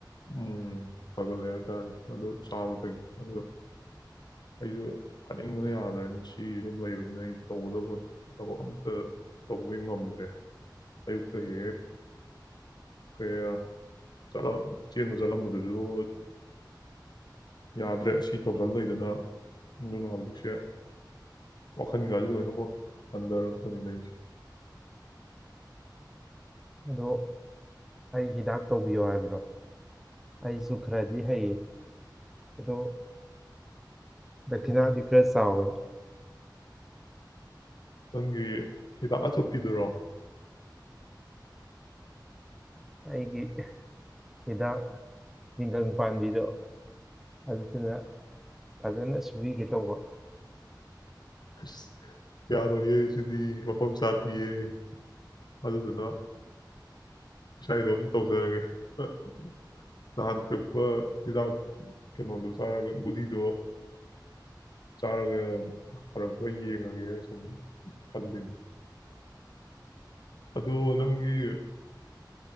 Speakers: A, on the left; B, in the centre.
A: ꯎꯝꯝ ꯐꯒꯠꯂꯦ ꯍꯥꯏꯇꯥꯔꯦ ꯑꯗꯨ ꯆꯥꯕꯗꯒꯤ ꯑꯗꯣ꯫ ꯑꯩꯖꯨ ꯐꯅꯤꯡꯕꯅ ꯌꯥꯗ꯭ꯔꯦ ꯁꯤ ꯁꯨꯝ ꯂꯩꯕꯅꯤꯅ ꯑꯩ ꯇꯧꯒꯗꯕ ꯊꯕꯛ ꯑꯝꯇ ꯇꯧꯕꯤ ꯉꯝꯗ꯭ꯔꯦ ꯑꯌꯨꯛꯇ ꯍꯦꯛ ꯀꯌꯥ ꯆꯠꯂꯝ ꯆꯦꯟꯕ ꯆꯠꯂꯝꯕꯗꯨꯁꯨ ꯌꯥꯗ꯭ꯔꯦ ꯁꯤ ꯇꯧꯁꯜ ꯂꯩꯗꯅ꯫ ꯑꯗꯨꯅ ꯍꯧꯖꯤꯛꯁꯦ ꯋꯥꯈꯜꯒꯁꯦ ꯂꯣꯏꯅꯃꯛ ꯍꯟꯗꯔꯕꯅꯤꯗ ꯑꯩꯖꯦ꯫
B: ꯑꯗꯣ ꯑꯩ ꯍꯤꯗꯥꯛ ꯇꯧꯕꯤꯌꯣ ꯍꯥꯏꯕ꯭ꯔꯣ ꯑꯩꯁꯨ ꯈꯔꯗꯤ ꯍꯩꯌꯦ ꯗꯣ ꯗꯈꯤꯅꯥꯗꯤ ꯈꯔ ꯆꯥꯎꯋꯦ꯫
A: ꯅꯪꯒꯤ ꯍꯤꯗꯥꯛ ꯑꯊꯨꯞꯄꯤꯗꯨꯔꯣ꯫
B: ꯑꯩꯒꯤ ꯑꯦ ꯍꯤꯗꯥꯛ ꯑꯑ ꯇꯤꯡꯒꯪ ꯄꯥꯟꯕꯤꯗꯣ ꯑꯗꯨ ꯑꯗꯨꯅ ꯐꯖꯅ ꯁꯨꯕꯤꯒꯦ ꯇꯧꯕ꯫
A: ꯑꯁ ꯍꯍ ꯌꯥꯔꯣꯏꯌꯦ ꯁꯤꯗꯤ ꯃꯞ꯫ ꯈꯣꯝ ꯆꯥꯛꯇꯤꯌꯦ ꯑꯗꯨꯗꯨꯅ ꯏꯁꯥꯏꯗꯣꯝ ꯇꯧꯖꯔꯒꯦ ꯑꯝ ꯅꯍꯥꯟ ꯄꯤꯔꯛꯄ ꯍꯤꯗꯥꯛ ꯀꯩꯅꯣꯗꯣ ꯆꯥꯔꯒ ꯒꯨꯂꯤꯗꯣ ꯆꯥꯔꯒ ꯐꯔꯛꯄ꯭ꯔꯥ ꯌꯦꯡꯉꯒꯦꯅ ꯁꯨꯝ ꯈꯜꯂꯤꯅꯤ ꯑꯗꯣ ꯅꯪꯒꯤ